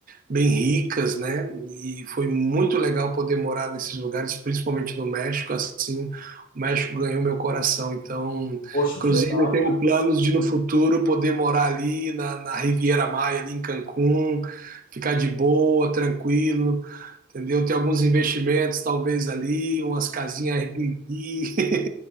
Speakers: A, on the right; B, on the left.
A: bem ricas, né? E foi muito legal poder morar nesses lugares, principalmente no México, assim, o México ganhou meu coração. Então,
B: Poxa,
A: inclusive,
B: que legal.
A: eu tenho planos de no futuro poder morar ali na, na Riviera Maya, ali em Cancún, ficar de boa, tranquilo. entendeu? Tem alguns investimentos, talvez ali, umas casinhas Airbnb. <laughs>